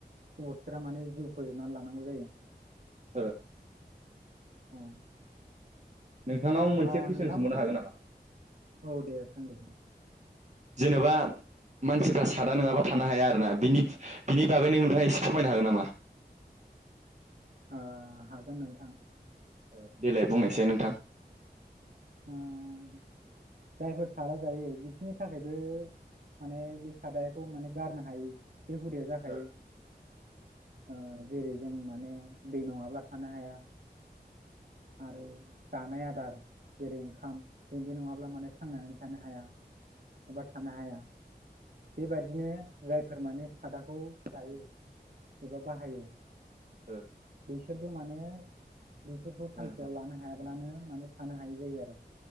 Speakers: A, on the right (about 60°); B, on the right (about 45°).
A: अबथिरा माने जिउ फोजोबनानै लानांगौ जायो।
B: ओ।
A: औ।
B: नोंथांनाव मोनसे
A: ओ
B: कुइसन
A: नोंथां
B: सोंहरनो हागोन नामा?
A: औ दे सों दे।
B: जेनोबा मानसिफ्रा सादा नङाबा थानो हाया आरोना बिनि बिनि बागैनो नोंथाङा एसे फोरमायनो हागोन नामा?
A: ओ हागोन नोंथां।
B: ओ देलाय बुंनायसै नोंथां।
A: उम जायफोर सादा जायो बिसिोरनि थाखायबो माने बे सादाखौ माने गारनो हायै बे हुदिया जाखायो।
B: ओ
A: ओ जेरै जों मा ने दै नङाब्ला थानो हाया। आरो जानाय आदार जेरै- ओंखाम जों बे नङाब्ला माने थांनानै थानो हाया एबा थानो हाया। बेबायाददिनो जायफोर माने सादाखौ जायो एबा बाहायो
B: ओ।
A: बिसोरबो माने बेफोरखौ सानसेयाव
B: नोंथां
A: लानो हायाब्लानो माने थानो हायै जायो आरो।